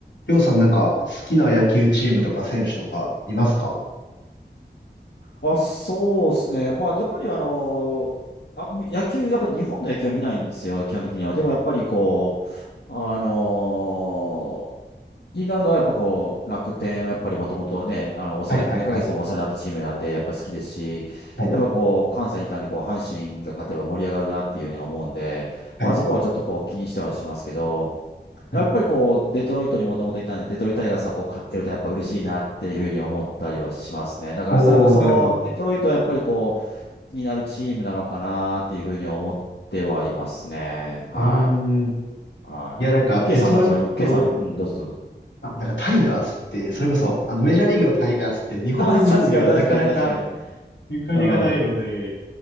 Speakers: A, on the left (about 85°); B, on the left (about 70°).
A: りょうさんなんか好きな野球チームとか選手とかいますか
B: あ、そうですね。まあ、やっぱりあの、あ、み野球、やっぱり日本の野球は見ないんですよ、基本的には。でもやっぱりこう、あのー気になるのはやっぱこう、楽天、やっぱりもともとね、あの、お世話、
A: はいはいはい。
B: 2ヶ月でもお世話になったチームなんで、やっぱ好きですし、
A: はい。
B: やっぱこう、関西にいたんで、こう、阪神が勝てば盛り上がるなっていうふうに思うんで、
A: はい。
B: まあそこはちょっとこう、気にしてはしますけど、
A: はい。
B: やっぱりこう、デトロイトにもともといたんで、デトロイトタイガースはこう、勝ってるとやっぱ嬉しいなっていうふうに思ったりはしますね。だからさ、
A: おー、
B: やっぱその、
A: なるほど。
B: デトロイトはやっぱりこう、気になるチームなのかなっていうふうには思ってはいますね。はい。
A: うーん。い
B: はい。
A: やなんかデトロイト、
B: ケイさんなんかあります、ケイさんあり、うん、どうぞどうぞ。
A: あ、なんかタイガースって、それこそ、あのメジャーリーグのタイガースって日本人にはなかなか
B: <laughs> あ確かに確かに確かに。
A: ゆかりがないので、
B: うん。